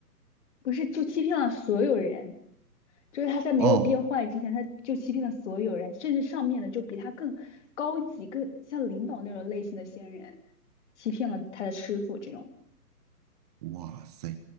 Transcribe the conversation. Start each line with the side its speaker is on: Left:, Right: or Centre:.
Left: 不是就欺骗了所有人。就是他在没有变坏之前，
Right: 哦，
Left: 他就欺骗了所有人，甚至上面的就比他更高级、更像领导那种类型的仙人，欺骗了他的师傅这种，
Right: 哇塞，